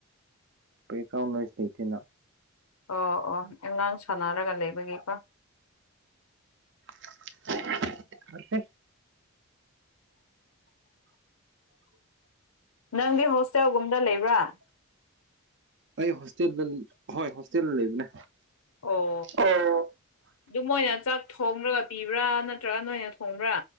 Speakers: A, on the right; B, on the left.
A: ꯕꯦꯛꯒ꯭ꯔꯥꯎꯟ ꯅꯣꯏꯁ ꯂꯩꯇꯦꯅ
B: ꯑꯣ ꯑꯣ ꯑꯉꯥꯡ ꯁꯥꯟꯅꯔꯒ ꯂꯩꯕꯒꯤꯀꯣ
A: <unintelligible>
B: ꯅꯪꯗꯤ ꯍꯣꯁꯇꯦꯜꯒꯨꯝꯗ ꯂꯩꯕ꯭ꯔꯥ
A: ꯑꯩ ꯍꯣꯁꯇꯦꯜꯗ ꯍꯣꯏ ꯍꯣꯁꯇꯦꯜ ꯂꯩꯕꯅꯦ
B: ꯑꯣ
A: ꯑꯣ
B: ꯑꯗꯨ ꯃꯣꯏꯅ ꯆꯥꯛ ꯊꯣꯡꯔꯒ ꯄꯤꯕ꯭ꯔꯥ ꯅꯠꯇ꯭ꯔꯒ ꯅꯣꯏꯅ ꯊꯣꯡꯕ꯭ꯔꯥ